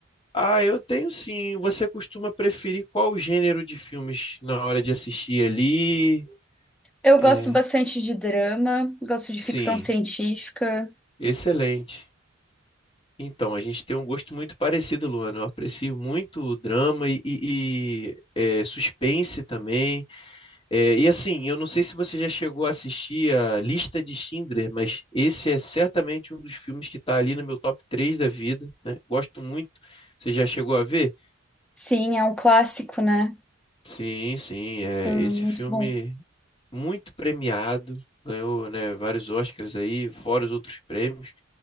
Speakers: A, on the left; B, in the centre.
A: Ah, eu tenho sim. Você costuma preferir qual gênero de filmes na hora de assistir ali?
B: Eu
A: É,
B: gosto bastante de drama, gosto de
A: sim.
B: ficção científica.
A: Excelente. Então, a gente tem um gosto muito parecido, Luana. Eu aprecio muito drama e, e- e, é, suspense também. É, e assim, eu não sei se você já chegou a assistir a Lista de Schindler, mas esse é certamente um dos filmes que está ali no meu top 3 da vida, né? Gosto muito. Você já chegou a ver?
B: Sim, é um clássico, né?
A: Sim, sim. É,
B: Hum,
A: esse
B: Muito
A: filme
B: bom.
A: muito premiado, ganhou, né, vários Oscars aí, fora os outros prêmios.